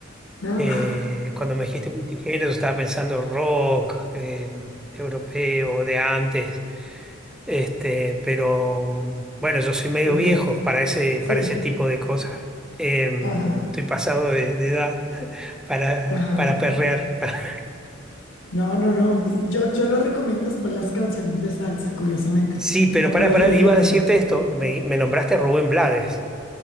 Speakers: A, on the left; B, in the centre.
A: ¿No?
B: Eh,
A: <laughs>
B: cuando me dijiste multigénero, estaba pensando rock eh, europeo de antes, este, pero bueno, yo soy medio
A: Pues
B: viejo
A: de,
B: para ese,
A: Sí,
B: para ese tipo de cosas. Eh,
A: ajá,
B: estoy pasado de, de edad <laughs> para,
A: ajá.
B: para perrear. <laughs>
A: No, no, no. di- Yo, yo lo recomiendo es por las canciones de salsa, curiosamente,
B: Sí, pero
A: no
B: para,
A: por el
B: para,
A: reggaetón.
B: iba a decirte esto, me, me nombraste a Rubén Blades,